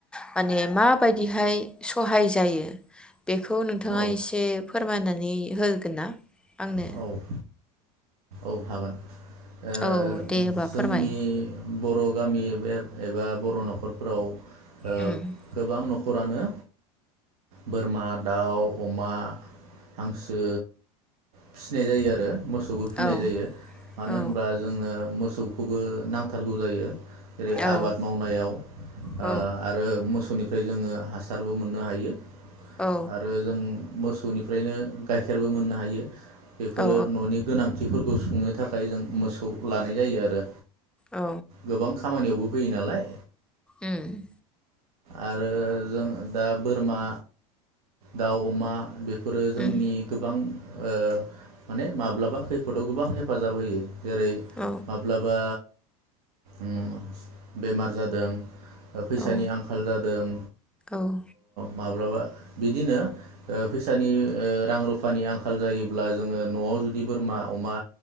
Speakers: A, in the centre; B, on the right.
A: माने माबादिहाय सहाय जायो? बेखौ नोंथाङा
B: औ
A: एसे फोर फोरमायनानै होगोन ना आंनो?
B: औ औ हागोन। ओ
A: औ दे होबा
B: जोंनि
A: फोरमाय।
B: बर' गामि एब एबा बर' नखरफोराव ओ
A: उम
B: गोबां नखरानो बोरमा, दाउ, अमा, हांसो फिसिनाय जायो आरो मोसौबो फिनाय
A: औ
B: जायो मानो
A: औ
B: होनबा जोंनो मोस सौखौबो नांथारगौ जायो। जेरै
A: औ
B: आबाद मावनायाव ओ
A: औ
B: आरो मोसौनि फ्राय जोङो हासारबो मोननो हायो।
A: औ
B: आरो जों मोसौनिफ्रायनो गाइखेरबो मोननो हायो। बेफोरो
A: औ
B: न'नि गोनां फोरखौ सुंनो थाखाय जों मोसौ लानाय जायो आरो।
A: औ
B: गोबां खामानियावबो फैयो नालाय
A: उम
B: आरो जों दा बोरमा दाउ अमा बे फोरो जोंनि
A: उम
B: गोबां ओ माने माब्लाबा बे खैफोदआव गोबां हेफाजाब होयो जेरै
A: औ
B: - माब्लाबा उम बेमार जादों फैसानि
A: औ
B: आंखाल जादों
A: उम
B: माब्लाबा बिदिनो ओ फैसानि ओ रां रुफानि आंखाल जायोब्ला जोङो न'आव जुदि बोरमा अमा